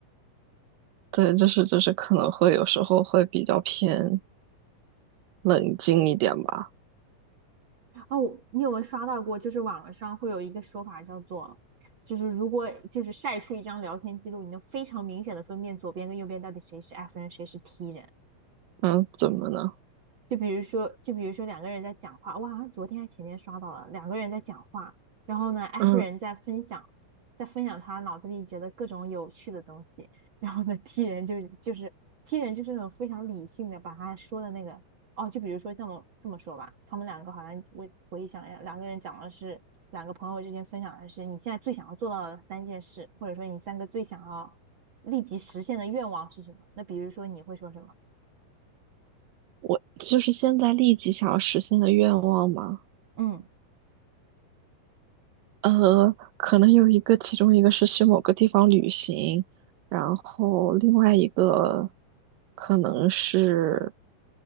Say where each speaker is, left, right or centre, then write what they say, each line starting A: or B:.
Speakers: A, on the right; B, on the right.
A: <laughs> 对，就是就是可能会有时候会比较偏冷静一点吧。
B: 哦，你有没有刷到过？就是网上会有一个说法叫做，就是如果就是晒出一张聊天记录，你能非常明显的分辨左边跟右边到底谁是 F 人，谁是 T 人。
A: 嗯，怎么呢？
B: 就比如说，就比如说两个人在讲话，我好像昨天还前天刷到了，两个人在讲话，然后呢，F
A: 嗯，
B: 人在分享，在分享他脑子里觉得各种有趣的东西，然后呢，T 人就是就是 T 人就是那种非常理性的，把他说的那个哦，就比如说这么这么说吧，他们两个好像我回想一下，两个人讲的是两个朋友之间分享的是你现在最想要做到的三件事，或者说你三个最想要立即实现的愿望是什么？那比如说你会说什么？
A: 我就是现在立即想要实现的愿望吗？
B: 嗯。
A: 呃，可能有一个，其中一个是去某个地方旅行，然后另外一个可能是